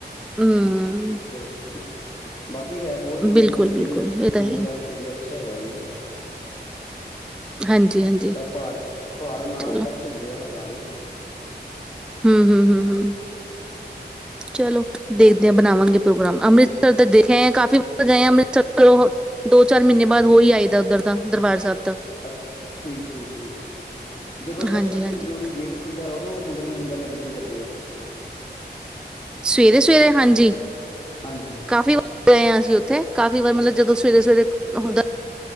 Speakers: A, in the centre; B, on the left (about 35°).
A: ਹੂੰ
B: ਫੇਰ ਬਾਕੀ ਹੈ ਬਹੁਤ ਵਧੀਆ,
A: ਬਿਲਕੁਲ
B: ਮਤਲਬ
A: ਬਿਲਕੁਲ
B: ਕਿ
A: ਇਹ ਤਾਂ
B: ਘੁੰਮਣ
A: ਹੈ ਹੀ।
B: ਲਾਇਕ ਏਰੀਆ। ਅੱਛਾ ਹੈਗਾ ਉਹ ਵੀ।
A: ਹਾਂਜੀ ਹਾਂਜੀ
B: ਏਹ ਪਹਾੜ-ਪਹਾੜ ਨਾਲ
A: ਚਲੋ
B: ਟੱਚ ਹੁੰਦੇ ਆੱ। ਤਾ ਦੇ
A: ਹਮ-ਹਮ-ਹਮ-ਹਮ। ਚਲੋ
B: ਉਹ
A: ਦੇਖਦੇ ਹਾਂ ਬਣਾਵਾਂਗੇ। ਪ੍ਰੋਗਰਾਮ, ਅੰਮ੍ਰਿਤਸਰ ਤਾਂ ਦੇਖ ਆਏ ਹਾਂ, ਕਾਫ਼ੀ ਵਾਰ ਗਏ ਆ ਅੰਮ੍ਰਿਤਸਰ ਚ, ਦੋ ਚਾਰ ਮਹੀਨੇ ਬਾਅਦ ਹੋ ਹੀ ਆਈਦਾ ਉੱਧਰ ਤਾਂ ਦਰਬਾਰ ਸਾਹਿਬ। ਤਾਂ
B: ਅੱ ਠੀਕ-ਠੀਕ-ਠੀਕ, ਜਦੋਂ ਦਰਸ਼ਨ
A: ਹਾਂਜੀ ਹਾਂਜੀ
B: ਦਿਓੜੀ ਗੇਟ ਖੁੱਲਦਾ ਏ ਉਦੋਂ ਮਤਲਬ ਕਿ ਅੰ ਅੰਦਰ ਐਂਟਰੀ ਕਰਦੇਓ?
A: ਸਵੇਰੇ-ਸਵੇਰੇ ਹਾਂਜੀ।
B: ਹਾਂਜੀ ਹਾਂਜੀ
A: ਕਾਫ਼ੀ ਵਾਰ ਗਏ ਹਾਂ ਅਸੀਂ ਉੱਥੇ, ਕਾਫ਼ੀ ਵਾਰ ਮਤਲਬ ਜਦੋਂ ਸਵੇਰੇ-ਸਵੇਰੇ ਹੁੰਦਾ